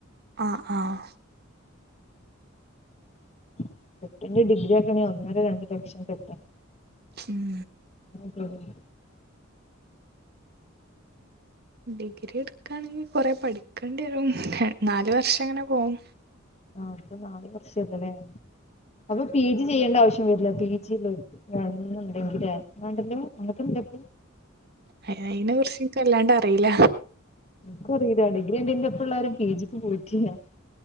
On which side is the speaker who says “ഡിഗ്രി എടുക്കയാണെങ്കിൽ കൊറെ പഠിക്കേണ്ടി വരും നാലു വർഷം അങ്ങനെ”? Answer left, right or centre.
Right